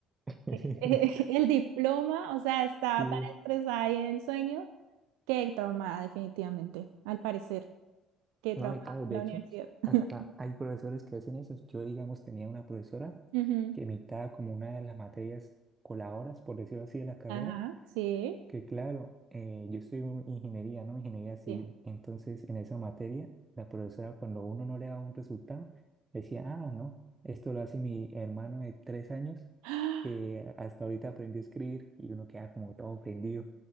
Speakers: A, on the right; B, on the right.
A: <laughs>
B: <laughs> el diploma, o sea, estaba
A: Sí.
B: tan estresada ahí en el sueño, que traumada definitivamente, al parecer, que
A: No,
B: traumada
A: y claro,
B: con
A: de
B: la
A: hecho,
B: universidad. <laughs>
A: hasta hay profesores que hacen eso. Yo, digamos, tenía una profesora
B: Ujú.
A: que me dictaba como una de las materias coladoras, por decirlo así, de la carrera.
B: Ajá, sí,
A: que claro, eh, yo estudio ingeniería, ¿no? Ingeniería civil.
B: sí
A: Entonces, en esa materia, la profesora, cuando uno no le daba un resultado, decía, ah, no, esto lo hace mi hermano de tres años,
B: <gasps>
A: que hasta ahorita aprendió a escribir, y uno queda como todo ofendido.